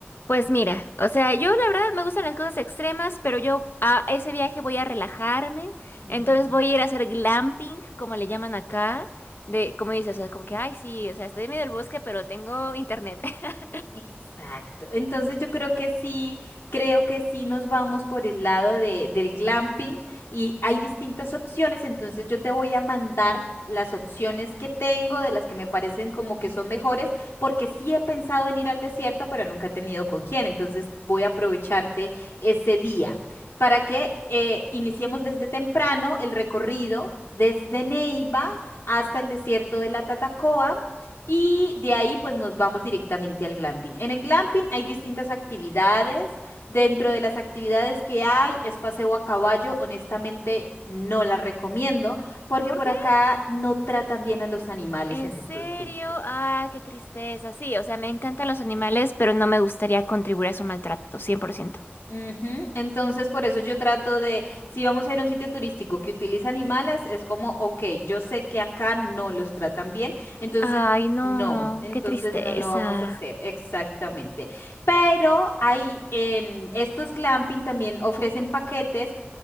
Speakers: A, on the left (about 55°); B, on the left (about 75°).
A: Pues mira, o sea, yo la verdad me gustan las cosas extremas, pero yo a ese viaje voy a relajarme,
B: Ujú.
A: entonces voy a ir a hacer glamping, como le llaman acá, de, como dices, o sea, como que, ay, sí, o sea, estoy en medio del bosque, pero tengo internet. <laughs>
B: Exacto. Entonces yo creo que sí, creo que sí nos vamos por el lado de, del glamping y hay distintas opciones, entonces yo te voy a mandar las opciones que tengo, de las que me parecen como que son mejores, porque sí he pensado en ir al desierto, pero nunca he tenido con quién, entonces voy a aprovecharte ese día para que eh, iniciemos desde temprano el recorrido desde Neiva hasta el desierto de la Tatacoa. Y de ahí pues nos vamos directamente al glamping. En el glamping hay distintas actividades. Dentro de las actividades que hay es paseo a caballo. Honestamente no la recomiendo porque
A: ¿Por
B: por
A: qué?
B: acá no tratan bien a los animales
A: ¿En
B: en
A: serio?
B: estos sitios.
A: Ah, qué tristeza. Sí, o sea, me encantan los animales, pero no me gustaría contribuir a su maltrato, cien por ciento.
B: Ujú, Entonces, por eso yo trato de, si vamos a ir a un sitio turístico que utiliza animales, es como, ok, yo sé que acá no los tratan bien, entonces
A: Ay, no,
B: no, entonces
A: qué tristeza.
B: no lo vamos a hacer, exactamente. Pero hay en estos glamping también ofrecen paquetes